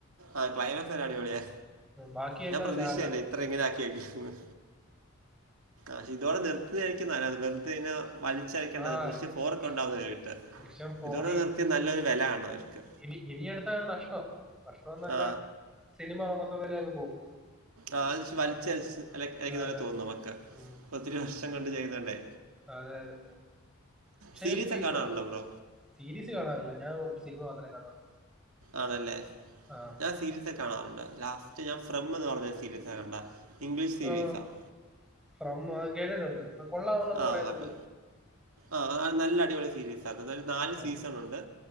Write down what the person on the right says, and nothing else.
ആഹ് ക്ലൈമസ് ഓക്കേ അടിപൊളിയെ
ഞാൻ പ്രതീക്ഷിച്ചല്ലേ
ഇത്ര ഇങ്ങനെ ആക്കിവെക്കും എന്ന് ആഹ് ഇതോടെ നിർത്തുന്നതായിരിക്കും നല്ലത് വെറുതെ അയിന് വലിച്ചഈഴക്കണ്ട
ദൃശ്യം ഫോർ ഒക്കെ
ഉണ്ടാവുന്ന കേട്ടെ.
ഇതോടെ നിർത്തിയ നല്ലൊരു വെല കാണും അവർക്ക്!
ആ
ആഹ് അത് വലിച്ചെഴച്ച <unintelligible>
ഒത്തിരി വർഷം കൊണ്ട് ചെയ്യുന്നുണ്ടേ.
സീരീസൊകെയ്
കാണാറുണ്ടോ ബ്രോ?
ആണല്ലേ
സീരീസൊക്ക കാണാറുണ്ട് ലാസ്റ്റ് ഞാൻ ഫ്രം എന്ന് പറഞ്ഞ സീരീസ് ആഹ് കണ്ട ഇംഗ്ലീഷ് സീരീസ്
ആഹ്
ആഹ്
അപ്പൊ ആഹ് ആഹ് നല്ല അടിപൊളി സീരീസ് ആഹ് അതൊരു നാല്
സീസൺ ഉണ്ട്